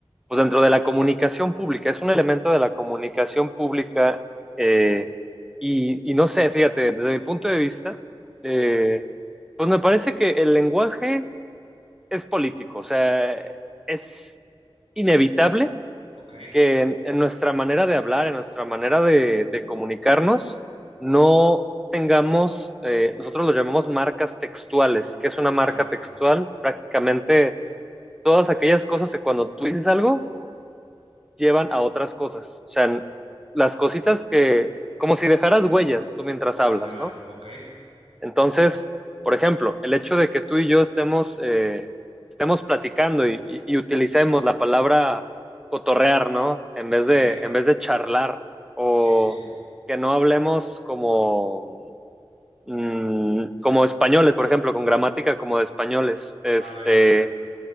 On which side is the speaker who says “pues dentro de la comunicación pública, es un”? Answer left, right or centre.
Centre